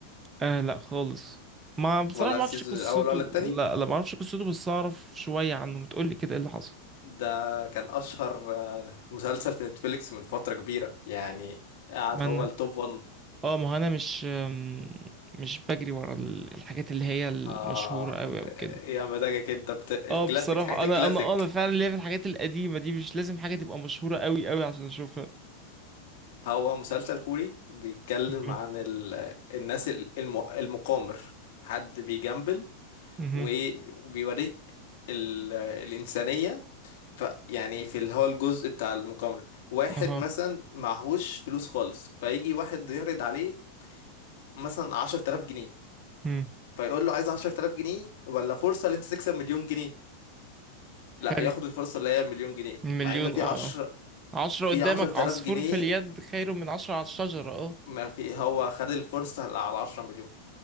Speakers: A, on the right; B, on the left.
A: آه لا خالص ما بصراحه
B: ولا
A: ما
B: السيزون
A: اعرفش قصته
B: الاول ولا التاني
A: لا لا ما اعرفش قصته بس اعرف شويه عنه ما تقول لي كده ايه اللي حصل
B: ده كان اشهر آه، مسلسل في نتفليكس من فترة كبيرة يعني قاعد
A: ما
B: هو
A: انا
B: التوب 1
A: اه ما هو انا مش آم، مش بجري ورا ال- الحاجات اللي هي المشهوره
B: اه
A: قوي او كده
B: يا مزاجك انت بت... الكلاسيك
A: اه بصراحه
B: حاجات
A: انا
B: الكلاسيك
A: انا انا فعلا ليا في الحاجات القديمه دي مش لازم حاجه تبقى مشهوره قوي قوي عشان اشوفها
B: هو مسلسل كوري بيتكلم
A: مهم.
B: عن ال... الناس ال- الم... المقامر حد بيجامبل
A: مهم.
B: وبيوريك ال... الإنسانية ف... يعني في اللي هو الجزء بتاع المقامرة واحد
A: اها
B: مثلا معهوش فلوس خالص فيجي واحد يعرض عليه مثلا عشر تلاف جنيه
A: مم.
B: فيقول له عايز عشر تلاف جنيه ولا فرصة اللي انت تكسب مليون جنيه لا
A: حلو
B: ياخد الفرصة اللي هي مليون جنيه
A: مليون
B: مع ان في
A: اه
B: عشر
A: اه عشرة
B: في
A: قدامك
B: عشر تلاف
A: عصفور
B: جنيه
A: في اليد خير من عشرة على الشجرة اه
B: ما في هو خد الفرصة على عشرة مليون